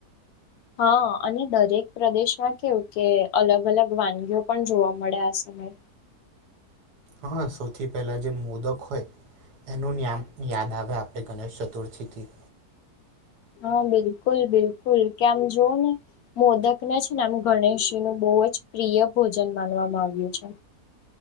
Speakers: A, on the left (about 70°); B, on the right (about 80°).
A: હા અને દરેક પ્રદેશમાં કેવું કે અલગ અલગ વાનગીઓ પણ જોવા મળે આ સમયે.
B: હા સૌથી પહેલા જે મોદક હોય. એનું નામ યાદ આવે આપણે ગણેશ ચતુર્થીથી.
A: હા બિલકુલ બિલકુલ કેમ જોુવ ને. મોદક ના છે ને આ ગણેશજી નું બહુ જ પ્રિય ભોજન માનવામાં આવ્યું છે.